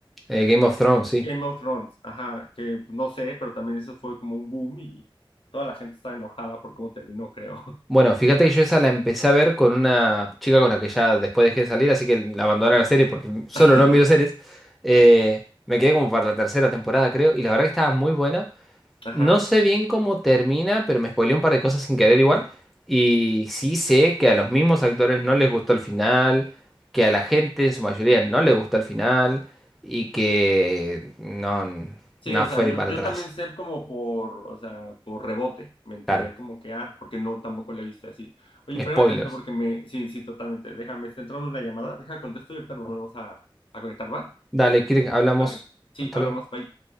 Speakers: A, in the centre; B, on the left.
A: Eh, Game of Thrones, sí.
B: Game of Thrones, ajá, que no sé, pero también eso fue como un boom y toda la gente estaba enojada por cómo terminó, creo.
A: Bueno, fíjate que yo esa la empecé a ver con una chica con la que ya después dejé de salir, así que la abandoné la serie porque solo
B: <laughs>
A: no miro series. Eh, me quedé como para la tercera temporada, creo, y la verdad que estaba muy buena.
B: Ajá.
A: No sé bien cómo termina, pero me spoileé un par de cosas sin querer igual. Y sí sé que a los mismos actores no les gustó el final, que a la gente en su mayoría no le gustó el final, y que no,
B: Sí,
A: no
B: o
A: fue
B: sea, yo,
A: ni para
B: yo
A: atrás.
B: también sé como por, o sea, por rebote, me enteré
A: Claro,
B: como que, ah, porque no, tampoco la he visto así. Oye, espérame
A: spoilers.
B: tanto porque me, sí, sí, totalmente, déjame, está entrando una llamada, deja contesto y ahorita nos volvemos a, a conectar, ¿va?
A: Dale, Kirk, hablamos.
B: Vale, sí,
A: Hasta
B: hablamos,
A: luego.
B: bye.